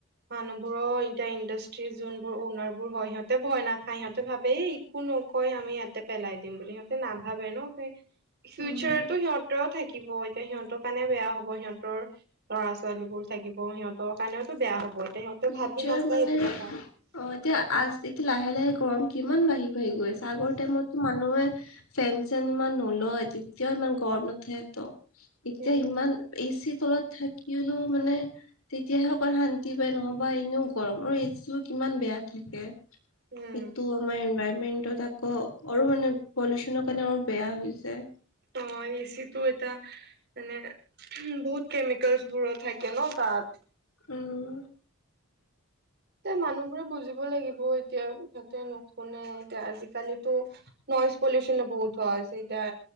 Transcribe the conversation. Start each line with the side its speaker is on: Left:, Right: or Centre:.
Right: মানুহ বোৰৰ এতিয়া ইণ্ডাষ্ট্ৰি যোনবোৰ অনা বোৰ হয় সিহঁতে ভয় নাখায় সিহঁতে ভাবে এই একো নকয় আমি ইহতে পেলাই দিম বুলি ভাব। নাভাবে ন ফিউচাৰতো
Left: উম।
Right: সিহঁতেও থাকিব এতিয়া সিহঁতক কাৰণে বেয়া হ'ব সিহঁতৰ ল'ৰা ছোৱালী বোৰ থাকিব সিহঁতৰ কাৰণেওতো বেয়া হ'ব। এতিয়া সিহঁতে
Left: ফিউচাৰ
Right: ভাবি নাচায়
Left: মানে
Right: সেইটো কথা
Left: অ এতিয়া আজি লাহে লাহে গৰম কিমান বাঢ়ি -বাঢ়ি গৈ আছে আগৰ টাইমতো মানুহে। ফেন চেন ইমান নলয় তেতিয়াও ইমান গৰম নুথে তো এতিয়া
Right: উম
Left: ইমান এচি তলত থাকি হলেও মানে তেতিয়াহে অকল শান্তি নহবা এনেও গৰম আৰু এইটো কিমান বেয়া থাকে। এই
Right: উম
Left: তো আমাৰ এনভাইৰমেণ্ট। ত আকৌ আৰু মানে পলিউচনৰ কাৰণে আৰু বেয়া হৈ যায়।
Right: অ এচি টো এটা মানে বহুত কেমিকেলচ বোৰো থাকে ন তাত।
Left: উম।
Right: এ মানুহবোৰে বুজিব লাগিব। এতিয়া সিহঁতে নুশুনে এতিয়া আজিকালিতো নইজ পলিউচন বহুত হোৱা হৈছে এতিয়া